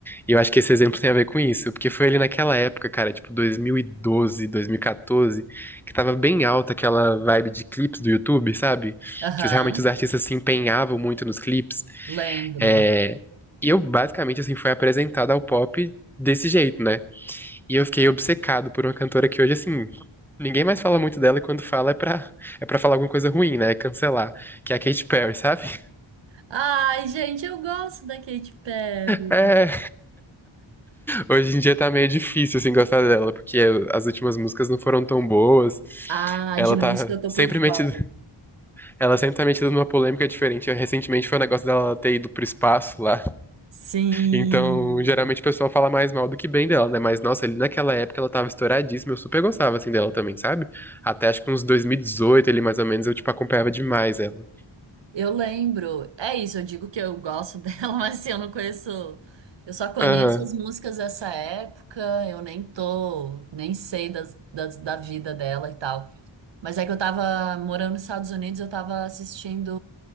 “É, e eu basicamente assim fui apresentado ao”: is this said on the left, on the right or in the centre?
Centre